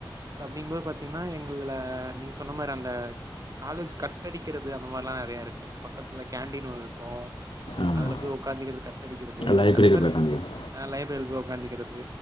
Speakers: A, on the right; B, on the left.
A: சோ அப்படிங்கபோது பாத்தீங்கன்னா எங்க. துல நீங்க சொன்ன மாரி அந்த காலேஜ் கட்டடிக்கிறது அந்த மாரிலா நெறையா இருக்கு. பக்கத்துல கேண்டீன் ஒன்னு இருக்கு.
B: ஆமாம்
A: அதுல போய் உட்காந்து, கட்டடிக்கிறது.
B: லைப்ரரியில்
A: அதே மாரி
B: போய் உட்காந்துக்கிறேன்
A: லைப்ரரிகுள்ள உட்காந்துக்கிறது.